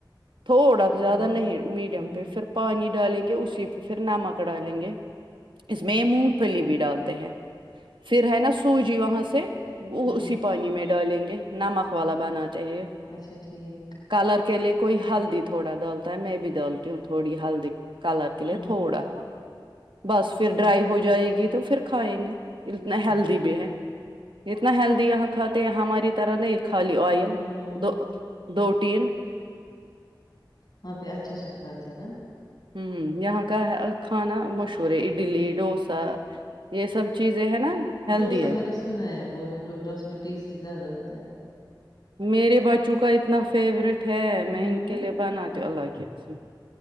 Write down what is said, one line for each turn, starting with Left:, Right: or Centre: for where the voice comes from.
Right: تھوڑا زیادہ
Left: ہوں
Right: نہیں میڈیم
Left: ہوں
Right: پہ پھر پانی ڈالیں گے اسی پہ پھر نمک ڈالیں گے اس میں یہ مونگ پھلی بھی ڈالتے ہیں پھر ہے نا سوجی وہاں سے وہ
Left: ہوں
Right: اسی پانی میں ڈالیں گے نمک والا بناتے ہے
Left: اچھا ٹھیک
Right: کلر کے لیے کوئی ہلدی تھوڑا ڈالتا ہے میں بھی ڈالتی ہوں تھوڑی ہلدی کالر کے لیے
Left: ہوں
Right: تھوڑا بس پھر ڈرائی ہو جائے گی تو پھر کھائیں گے اتنا
Left: ہوں
Right: ہیلدی بھی ہے اتنا ہیلدی یہاں کھاتے ہیں ہماری طرح نہیں خالی آوئل
Left: ہوں
Right: دو دوٹین
Left: وہاں پہ اچھا اچھا کھاتے ہے نا
Right: ہ ہ یہاں کا کھانا مشہور ہے اڈلی ڈوسا یہ سب چیزیں ہیں نا ہیلدی
Left: ڈوسا
Right: ہے
Left: میں نے سنا ہے بول ڈوسا میں ٹیسٹ زیادہ ہوتا ہے
Right: میرے بچوں کا اتنا فیورٹ ہے
Left: ہوں
Right: میں ان کے لیے بناتیوں ال اسمیں